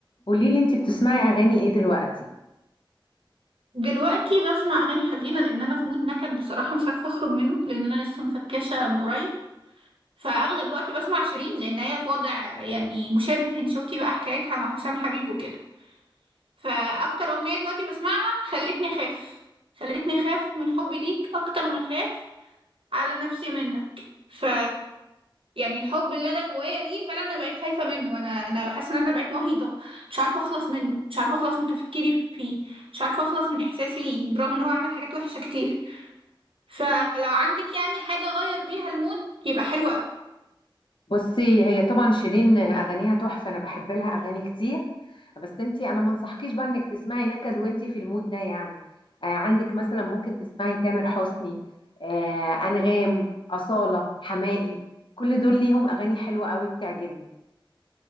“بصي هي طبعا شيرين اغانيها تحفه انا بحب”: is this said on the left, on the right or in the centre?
Left